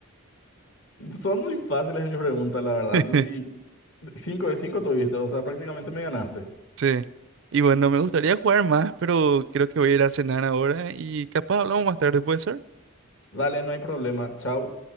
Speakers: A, on the left (about 60°); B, on the right (about 55°).
A: Son muy fáciles mis preguntas, la verdad.
B: <laughs>
A: Y 5 de 5 tuviste, o sea, prácticamente me ganaste.
B: Sí. Y bueno, me gustaría jugar más, pero creo que voy a ir a cenar ahora y capaz hablamos más tarde, ¿puede ser?
A: Dale, no hay problema. Chau.